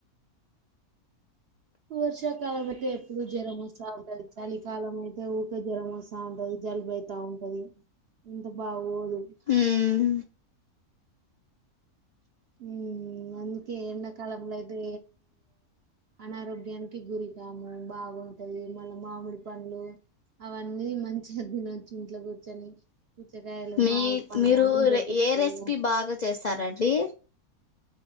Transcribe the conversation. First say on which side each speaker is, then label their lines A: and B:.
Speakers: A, on the right; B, on the left.
A: వర్షాకాలమంటే ఎప్పుడు జ్వరమోస్తా ఉంటది చలికాలం అయితే ఊకె జ్వరం ఒసఉంటది జలుబైతా ఉంటది ఇంత బాగోదు
B: ఉమ్
A: ఉ అందుకే ఎండాకాలంలో అయితే అనారోగ్యానికి గురికాము బాగుంటది మళ్ళ మామిడి పండ్లు అవన్నీ మంచిగా దినోచ్చు ఇంట్లో కూర్చొని పుచ్చకాయలు
B: మీ
A: మామిడి పండ్లు
B: మీరు
A: అన్నీ దొరుకుతాయి
B: ఏ రెసిపీ
A: కదా
B: బాగా చేస్తారండి